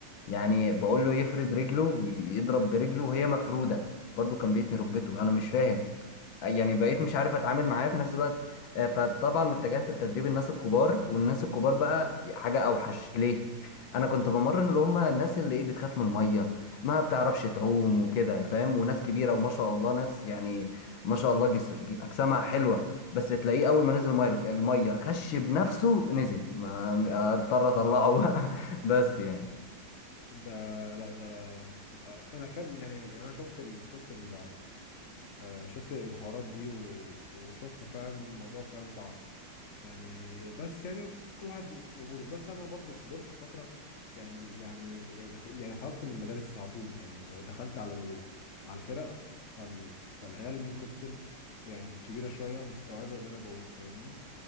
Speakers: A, on the left; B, on the left.
A: يعني
B: مم.
A: بقول له يفرد رجله ويضرب برجله وهي مفروده برضو كان بيتني
B: مم.
A: ركبته انا مش فاهم يعني بقيت مش عارف اتعامل معاه في نفس الوقت آه، فطبعا اتجهت لتدريب الناس الكبار والناس الكبار بقى حاجة اوحش ليه انا كنت
B: مم.
A: بمرن اللي هم الناس اللي ايه بتخاف من المية ما بتعرفش تعوم وكده فاهم وناس كبيرة وما شاء الله ناس يعني ما شاء الله جس... ج- اجسامها حلوة بس تلاقيه اول ما نزل المية المية خش بنفسه نزل ما اضطر اطلعه بقى <laughs> بس يعني
B: ده لا ده ده انا فاهم يعني يعني انا شفت ال... شفت ال... آه، شفت الحوارات دي و... وشفت فعلا الموضوع فعلا صعب يعني بس يعني كل واحد وقبوله بس انا برضو فضلت فتره يعني يعني يعني خرجت من المدارس على طول يعني دخلت على ال- على الفرق فال فالعيال ممكن تكون يعني كبيره شويه مستوعبه اللي انا بقوله فاهمني